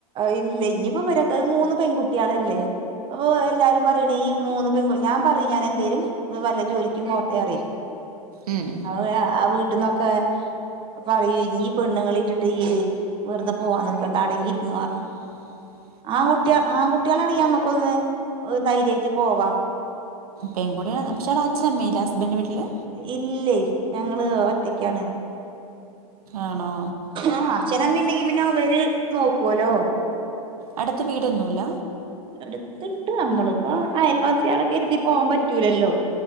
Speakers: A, on the right; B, on the right.
A: ഇല്ല ഇനിയിപ്പോ വരാക്ക മൂന്ന് പെൺകുട്ടികളല്ലേ അപ്പൊ എല്ലാരും പറയണേ ഈ മൂന്ന് <unintelligible> ഞാൻ പറയും ഞാൻ എന്തേലും വല്ല ജോലിക്കും പോട്ടെ പറിയും
B: ഉം ഉം
A: അവ ആഹ് വീട്ടിൽന്നൊക്കെ പറയൂ ഇനി പെണ്ണുങ്ങളൾ ഇട്ടിട്ട് വെറുതെ പോവാാൻ നക്കണ്ട അടങ്ങിയിരുന്നുന്ന് പറയും
B: <inaudible>
A: ആൺ കുട്ടിക ആൺ കുട്ടികളാണെങ്ക നമ്മുക്ക് ഒന്ന് ധൈര്യമായിട്ട് പോവാം
B: പെൺകുടിയാണ് പക്ഷേവി അച്ഛന അമ്മല്ലെ ഹസ്ബൻഡ് വീട്ടില്
A: ഇല്ലേ ഞങ്ങള് ഒറ്റക്കാണ്
B: ആണോ
A: ആഹ് അച്ഛനമ്മ ഉണ്ടെങ്കി പിന്നെ അവര് നോക്കുവലോ
B: അടുത്ത വീടൊന്നുമല്ല
A: എടുത്തണ്ട് നമ്മളിപ്പോ അയൽവാസികളൊക്കെ എരുതി പോകാൻ പറ്റൂലല്ലോ